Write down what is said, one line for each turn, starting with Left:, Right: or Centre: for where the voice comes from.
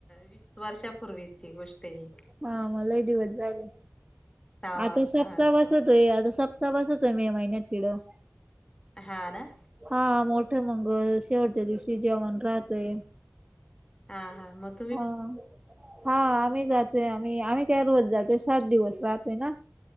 Left: वीस वर्षापूर्वीची गोष्ट आहे
Right: हां मंग लई दिवसं झाले
Left: तवा
Right: आंधी
Left: हा
Right: सप्तांह
Left: तवा
Right: बसतोय आंता स सतांह बसतोय मे महिन्यांत तीथं
Left: हां नां
Right: हां मोठ मंगल शेवटच्यां दिवशी जेवणं राहतयं
Left: हां हां मंग
Right: हां हां आम्हीं जातोय आम्हीं आम्हीं कायं रोज जातोय सात दिवसं राहतोय नां